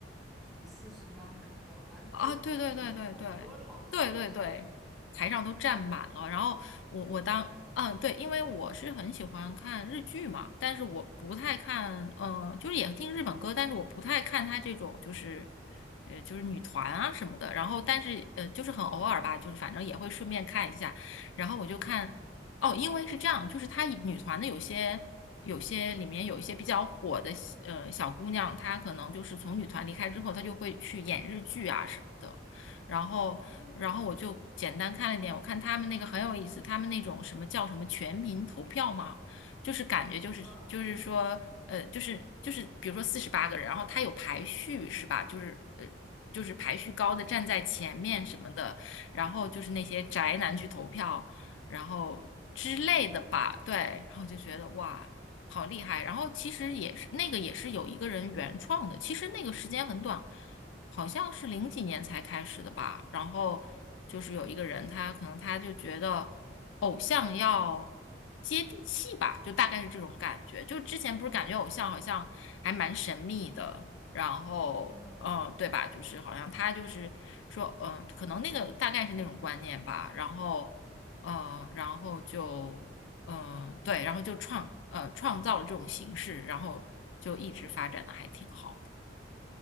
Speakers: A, in the centre; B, on the left.
A: 什么四十八还是多少，反正就是好像好多好多人的那种感觉。
B: 啊，对对对对对对对对，台上都站满了。然后我我当嗯对，因为我是很喜欢看日剧嘛，但是我不太看，
A: 哦
B: 嗯，就是也听日本歌，但是我不太看他这种就是呃就是女团啊什么的。然后但是呃就是很偶尔吧，就是反正也会顺便看一下。然后我就看哦，因为是这样，就是他女团的有些。有些里面有一些比较火的呃小姑娘，她可能就是从女团离开之后，她就会去演日剧啊什么的。然后，
A: 哦，
B: 然后我就简单看了一点，我看他们那个很有意思，他们那种什么叫什么全民投票吗？就是感觉就是就是说，
A: 嗯
B: 呃，就是就是比如说四十八个人，然后他有排序是吧？就是呃。就是排序高的站在前面什么的，
A: 哦，
B: 然后就是那些宅男去投票，然后之类的吧，对，然后就觉得哇，好厉害。然后其实也是那个也是有一个人原创的，其实那个时间很短，好像是零几年才开始的吧。然后就是有一个人，他可能他就觉得偶像要接地气吧，就大概是这种感觉。就之前不是感觉偶像好像还蛮神秘的，然后。
A: 嗯。
B: 嗯，对吧？就是好像他就是说，嗯，可能那个大概是那种观念吧。然后，嗯，然后就嗯、呃对，然后就创呃创造了这种形式，然后就一直发展的还挺好的。